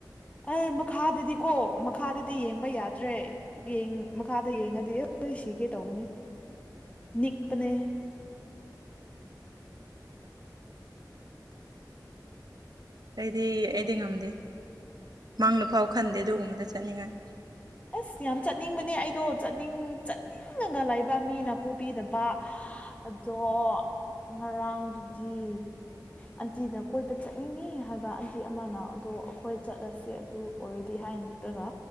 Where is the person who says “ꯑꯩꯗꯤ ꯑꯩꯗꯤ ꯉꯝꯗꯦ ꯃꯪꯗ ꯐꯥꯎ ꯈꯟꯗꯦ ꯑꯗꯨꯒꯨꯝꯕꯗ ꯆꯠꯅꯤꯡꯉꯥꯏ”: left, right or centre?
Right